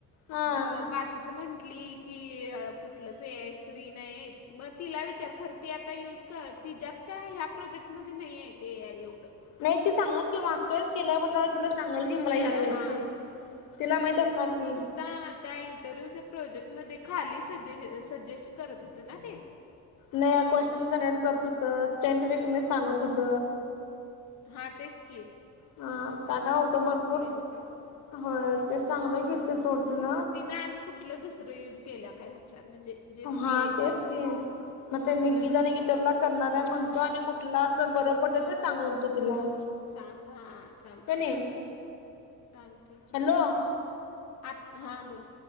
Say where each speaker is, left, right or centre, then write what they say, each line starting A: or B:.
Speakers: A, on the left; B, on the left.
A: हा
B: मग बा तिच म्हंटली की कुठलचं ए आय फ्री नाही मग तिला विचार खरं ते त्या युज कर तिच्यात काय ह्या प्रोजेक्टमध्ये नाहीय ते एवढं.
A: नाही ते सांगल की मागच्या वेळेस केलाय म्हटल्यावर तिला सांगाल की मला
B: केलं
A: ह्या वेळेस
B: हां
A: ते तिला माहित असणार की.
B: ता त्या इंटरव्ह्यूच्या प्रोजेक्ट मध्ये खाली स सजेस्ट करत होते ना ते.
A: नाही क्वेशचन जनरेट करत होत. <unintelligible> सांगत होत.
B: हा तेचकी.
A: हा काका होत भरपूर
B: ह्याच्यावरनं.
A: होय ते
B: होय.
A: चांगलं केलती सोड तिन.
B: तिनं आणि कुठलं दुसरं युज केल्या काय विचार म्हणजे? जे फ्री
A: हा
B: आहे
A: तेच
B: ते?
A: की मग
B: तिला
A: मी गीता
B: माहिती
A: आणि
B: असणार.
A: गीटला करणार हाय म्हणतो आणि कुठ कुठला अस बरं पडतं ते सांग म्हणतो तिला.
B: सांगा हा चालतय
A: कणी
B: की चालतय की.
A: हॅलो
B: आत हा बोल.